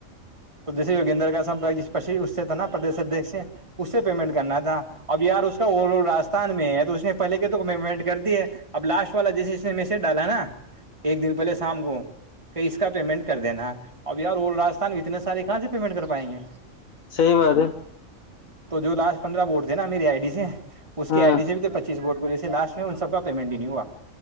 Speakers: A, on the right; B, on the left.
A: تو جسے یگیندر کا سمر اس سے تھا نا پردش ادھی سے اس سے پیمنٹ کرنا تھا اب یار اس کا اول راستہ نہیں میں تو اس نے پہے کے توک میںمینٹ کر دی ہے اب لاسٹ والا جیسے اس نے میسج ڈالا نا ایک دن پہلے شام کو کہ اس کا پیمنٹ کر دینا اب یار اولڈ راستھان بھیتر سارے کہاں سے پیمنٹ کر پائیں گے
B: صحیح بات ہے
A: تو جو لاسٹ پندرہ بورٹ تھے نا میری آئی ڈی سے اس
B: ہاں
A: کی ایڈی سے بھی تو پچیس بورٹ جیسے لاسٹ میں ان سب کا پیمنٹ نہیں نہیں ہوا